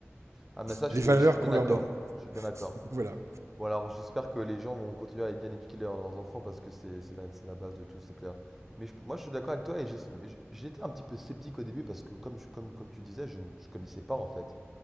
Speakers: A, in the centre; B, on the right.
A: Ah, mais ça, je
B: Les
A: suis,
B: valeurs
A: je suis bien
B: qu'on
A: d'accord.
B: leur donne.
A: Je suis bien d'accord.
B: <laughs> Voilà.
A: Bon, alors, j'espère que les gens vont continuer à bien éduquer leurs, leurs enfants parce que c'est c'est la, c'est la base de tout, c'est clair. Mais je- moi, je suis d'accord avec toi et j'ai- mais j'- j'étais un petit peu sceptique au début parce que, comme, je- comme, comme tu disais, je ne je connaissais pas en fait.